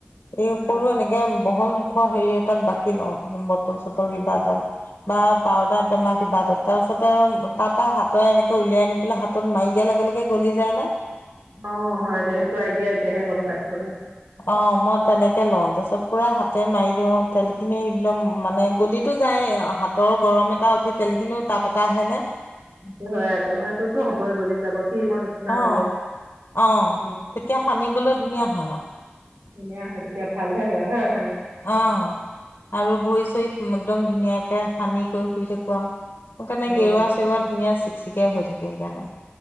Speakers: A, on the left (about 80°); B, on the right (about 65°).
A: এই
B: উম,
A: সৰু এনেকে বহল মুখ হেৰি এটাত বাকী কি ল বটল চটল কিবা এটাত বা পাউদাৰ টেমাৰ কিবা এটাত। তাৰপিছত এ, তাৰ পৰা হাতৰ এনেকে উলিয়াই আনি পেলাই হাতত মাৰি দিয়াৰ লগে লগে গলি যায়। নে?
B: অ হয় দে, সেইটো আইডিয়া এতিয়াহে গম পাইছো।
A: অ, মই তেনেকে লওঁ। তাৰ পিছত পুৰা হাতে মাৰি দিও, তেল খিনি একদম মানে গলিতো যায়ে আও তৰ গৰম এটা উঠি তেলখিনিও তাপ এটা আহে নে?
B: সেইটো হয় আকৌ সেইটোতো হ'বই গলি যাব। ক্ৰীমৰ নিচিনা হৈ
A: অ',
B: যায়
A: অ।
B: উম,
A: তেতিয়া সানিবলৈ ধুনীয়া। অ।
B: ধুনীয়া হয় তেতিয়া ভালহে হয়। হ।
A: অ আৰু ভৰি চই একদম ধুনীয়াকে। একে সানি কৰি শুই থাকো আৰু। মোৰ কাৰণে
B: অ
A: গেৰুৱা
B: অ
A: চেওৱা ধুনীয়া। চিকিকাই হৈ থাকে সেইকাৰণে।